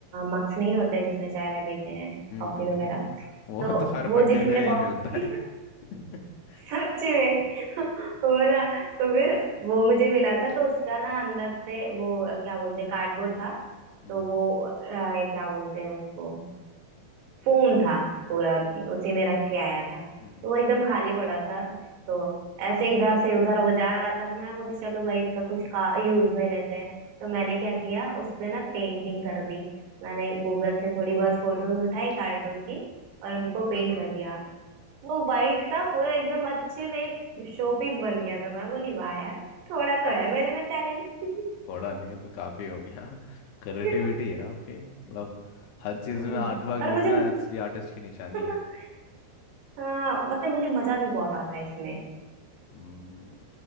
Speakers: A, on the right; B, on the left.
A: मग्स नहीं होते जिसमें चाय वाय पीते हैं
B: हम्म
A: कॉफी
B: हम्म,
A: वगैरह
B: हम्म, हम्म। वो
A: तो
B: तो हर बर्थडे
A: वो जिसमें
B: में
A: बॉक्स
B: ही मिलता है
A: <laughs>
B: <laughs>
A: सच में वो ना तो फिर वो मुझे मिला था तो उसका ना अंदर से वो क्या बोलते हैं कार्डबोर्ड था
B: हम्म
A: तो वो अ, ये क्या बोलते हैं उसको फोम था पूरा उसी में रख
B: हम्म,
A: के आया था तो
B: हम्म,
A: वो एकदम खाली पड़ा था तो ऐसे इधर से उधर वो जा रहा था मैं बोली चलो भाई इसका कुछ का यूज में लेते हैं तो मैंने क्या किया उस पे ना पेंटिंग कर दी मैंने गूगल से थोड़ी बहुत फोटो उठाई कार्टून की और उनको
B: अरे
A: पेंट
B: वाह
A: कर दिया वो वाइट सा पूरा एकदम अच्छे से एक शोपीस बन गया था मैं बोली वाह यार थोड़ा तो है मेरे में टैलेंट
B: थोड़ा नहीं है तो काफ़ी हो गया क्रिएटिविटी
A: <laughs>
B: है आपकी मतलब हर चीज़
A: और
B: में आर्ट वर्क ढूंढना
A: मुझे
B: असली आर्टिस्ट की निशानी
A: <laughs>
B: है
A: हाँ मतलब मुझे मजा भी बहुत आता है इसमें
B: हम्म,